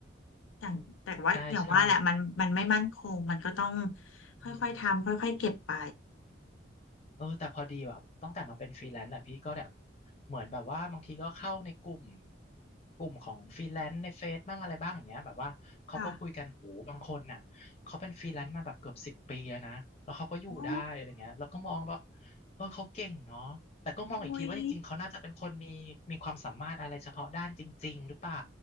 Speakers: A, on the left; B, on the left.
A: อย่างแต่ว่าอย่างว่าแหละมันมันไม่มั่นคงมันก็ต้อง
B: ใช่ใช่
A: ค่อยๆทำค่อยๆเก็บไป
B: อืมเออแต่พอดีแบบตั้งแต่มาเป็นฟรีแลนซ์อ่ะพี่ก็แบบเหมือนแบบว่าบางทีก็เข้าในกลุ่มกลุ่มของฟรีแลนซ์ในเฟซบ้างอะไรบ้างอย่างเงี้ยแบบว่าเขาก็คุยกันโหบางคนน่ะเขาเป็นฟรีแลนซ์มาแบบเกือบสิบปีแล้วนะแล้วเขาก็อยู่ได้อะไรเงี้ยแล้วก็มองแบบ
A: ค่ะโอ้
B: เออเขาเก่งเนาะแต่ก็มองอีกทีว่าจริงๆเขาน่าจะเป็นคนมีมีความสามารถอะไรเฉพาะด้านจริงๆหรือเปล่า
A: อุ๊ย